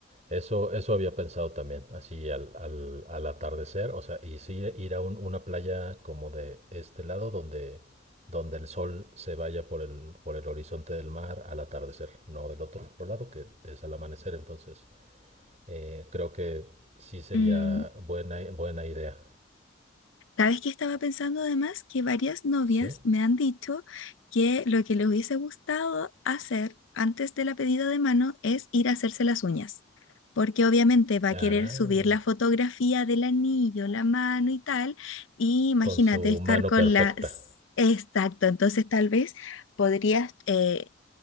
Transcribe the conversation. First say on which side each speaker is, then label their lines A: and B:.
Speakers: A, on the right; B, on the left.
A: Eso, eso había pensado también, así al, al, al atardecer, o sea, y sí ir a un- una playa como de este lado donde, donde el sol se vaya por el, por el horizonte del mar al atardecer, no del otro lado que es al amanecer, entonces eh, creo que sí sería
B: Mm,
A: buena, buena idea,
B: Sabes que estaba pensando además que varias novias
A: ¿sí?
B: me han dicho que lo que les hubiese gustado hacer antes de la pedida de mano es ir a hacerse las uñas, porque obviamente va a
A: Ah,
B: querer subir la fotografía del anillo, la mano y tal, y imagínate
A: con su
B: estar
A: mano
B: con
A: perfecta.
B: las... Exacto, entonces tal vez podrías eh,